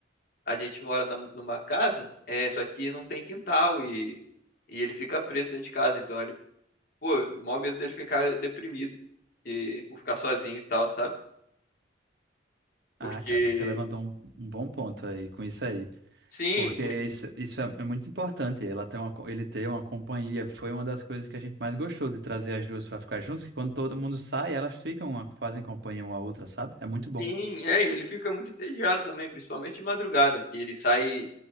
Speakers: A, on the left (about 50°); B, on the right (about 55°).
A: a gente mora na- numa casa, é, só que não tem quintal e, e ele fica preso dentro de casa. Então ele, pô, maior medo dele ficar deprimido e por ficar sozinho e tal, sabe? Porque,
B: Ah, cara, você levantou um, um bom ponto aí com isso aí.
A: sim,
B: Porque
A: por,
B: isso, isso é, é muito importante. Ela tem uma, co- ele ter uma companhia foi uma das coisas que a gente mais gostou de trazer as duas para ficar juntos, que quando todo mundo sai, elas ficam, uma- fazem companhia uma à outra, sabe? É muito bom.
A: sim, é, e ele fica muito entediado também, principalmente de madrugada, que ele sai